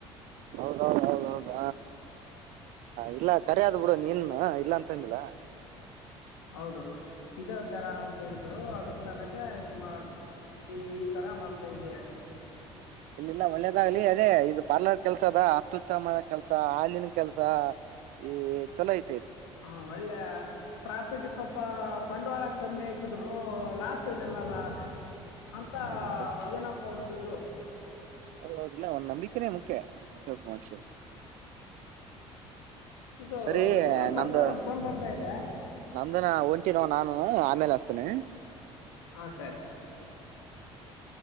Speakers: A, on the right; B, on the left.
A: ಹೌದೌದ ಹೌದೌದ ಹ ಇಲ್ಲ ಕರಿದ್ ಬಿಡು ನೀನ್ ಇಲ್ಲ ಅಂತಂದಿಲ್ಲ
B: ಹೌದೌದು ಇದೇ ತರ ಅಂತ ಹೇಳಿದ್ರು ಅದ್ರ ಸಲಾಗ ಹಿಂಗ ಮಾಡ ಈ ತರ ಮಾಡ್ತಾ ಇದ್ದೆ
A: ಇಲ್ಲಿಲ್ಲ ಒಳ್ಳೇದಾಗ್ಲಿ ಅದೇ ಇದು ಪಾರ್ಲರ್ ಕೆಲ್ಸ ಅದ ಅತ್ಯುತ್ತಮನ ಕೆಲ್ಸ ಹಾಲಿನ ಕೆಲ್ಸ ಏ ಚಲೋ ಆಯ್ತು
B: ಹಾ ಒಳ್ಳೆ ಪ್ರಾಪರ್ಟಿ ಪಾಪ ಬಂಡವಾಳ ಕಮ್ಮಿ ಹಾಕಿದ್ರುನು ಲಾಸ್ ಏನಿಲ್ಲಲ್ಲ ಅಂತ
A: ಹ ಮತ್ತ
B: ಏನಪ್ಪ ಹಂದದು
A: ಹೌದೌದಿಲ್ಲ ಒಂದ್ ನಂಬಿಕೆನೇ ಮುಖ್ಯ ಪ್ರತಿಯೊಬ್ಬ ಮನುಷ್ಯ
B: ಇದು
A: ಸರಿ
B: ಇರು ಪರ್ಸರ್
A: ನಂದು
B: ಒಂದು ಫೋನ್ ಬರ್ತಾ ಇದೆ
A: ನಂದನ ಅಂತ ನೋ ನಾನು ಆಮೇಲೆ ಹಸ್ತೇನೆ
B: ಹ ಸರಿ ಸರಿ
A: ಹಾ ಮಾಡಳ